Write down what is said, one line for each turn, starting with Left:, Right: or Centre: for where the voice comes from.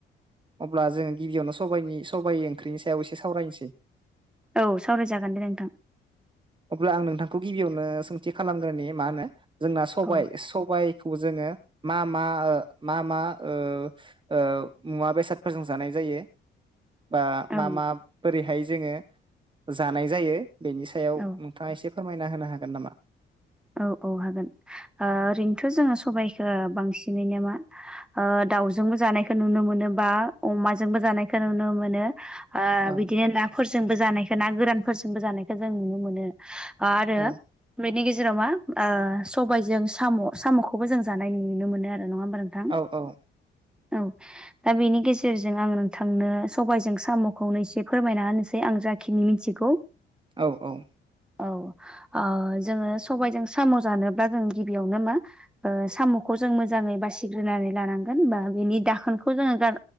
Right: अब्ला जोङो गिबियावनो सबायनि सबाइ ओंख्रिनि सायाव एसे सावरायनोसै।
Centre: औ सावरायजागोन दे नोंथां।
Right: अब्ला आं नोंथांखौ गिबियावनो सोंथि खालामग्रोनि मा होनो जोंना सबाय
Centre: औ
Right: सबाय खौ जोङो मा मा ओ मा मा ओ ओ मुवा बेसादफोरजों जानाय जायो बा
Centre: औ
Right: मा मा बोरैहाय जोङो जानाय जायो बेनि सायाव
Centre: औ
Right: थाङा एसे फोरमायना होनो हागोन नामा?
Centre: औ औ हागोन आ ओरैनोथ जोङो सबाइखो बांसिनैनो मा ओ दाउजोंबो जानायखौ नुनो मोनो बा अमाजोंबो जानायखौ नुनो मो नो ओ
Right: औ
Centre: बिदिनो नाफोरजोंबो जानायखौ ना गोरानफोरजोंबो जानायखौ जों नुनो मोनो। आ आरो
Right: औ
Centre: बेनि गेज जेराव मा सबायजों साम' साम'खौबो जों जानाय नुनो मोनो आरो नङा होमबा नोंथां।
Right: औ औ
Centre: औ दा बेनि गेजेरजों आं नोंथांनो सबायजों साम'खौनो एसे फोरमायना होनोसै आं जा खिनि मिथिगौ।
Right: औ औ
Centre: औ ओ जोङो सबायजों साम' जानोब्ला जों गिबियावनो मा ओ साम'खौ जों मोजाङै बासिग्रोनानै लानांगोन बा बेनि दाखोनखौ जोङो गार